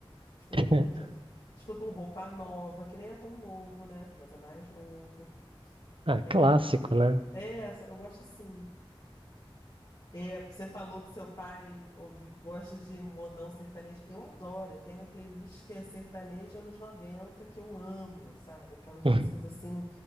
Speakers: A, on the left (about 40°); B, on the right (about 60°).
A: Escuto
B: <laughs>
A: muito. <laughs> Escuto um Roupa Nova, que nem é tão novo, né? Mas é mais novo.
B: Ah,
A: É,
B: clássico, né?
A: é essa, eu gosto assim. É, você falou que seu pai ouvi, gosta de modão sertanejo. Eu adoro, eu tenho uma playlist que é sertanejo anos 90 que eu amo, sabe? Aquelas
B: <laughs>
A: músicas assim,